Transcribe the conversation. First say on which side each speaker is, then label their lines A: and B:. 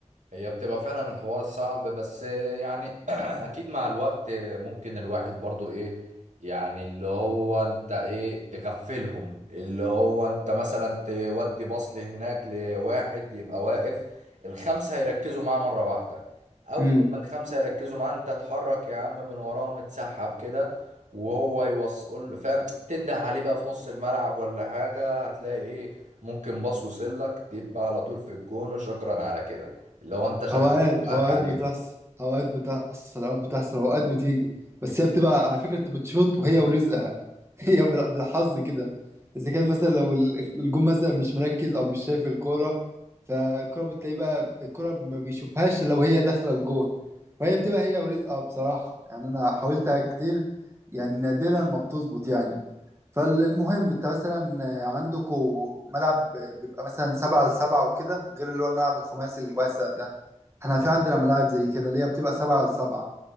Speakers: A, on the right; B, on the right.
A: هي بتبقى فعلا الحوار صعب بس يعني <clears throat> اكيد مع الوقت ممكن الواحد برضو ايه يعني اللي هو انت ايه تغفلهم اللي هو انت مثلا تودي بصل هناك لواحد يبقى واقف الخمسة هيركزوا معاه مرة واحدة اول
B: مم.
A: ما الخمسة يركزوا معاه انت اتحرك يا عم من وراه متسحب كده وهو يوصل فاهم تنده عليه بقى في نص الملعب ولا حاجة هتلاقي ايه ممكن باص وصلك تبقى على طول في الجون وشكرا على كده لو انت شغال
B: اوقات
A: دماغك
B: اوقات
A: عليهم
B: بتحصل اوقات بتحصل اوقات بتحصل اوقات بتيجي بس هي بتبقى على فكره انت بتشوط وهي ورزقها <laughs> هي بال- بالحظ كده اذا كان مثلا لو ال- الجون مثلا مش مركز او مش شايف الكوره فالكوره بتلاقي بقى الكوره ما بيشوفهاش لو هي داخله الجون فهي بتبقى هي ورزقها بصراحه يعني انا حاولتها كتير يعني نادرا ما بتظبط يعني فالمهم انت مثلا عندكم ملعب بيبقى مثلا سبعة لسبعة وكده غير اللي هو الملعب الخماسي الواسع ده احنا
A: لا.
B: في عندنا ملاعب زي كده اللي هي بتبقى سبعة لسبعة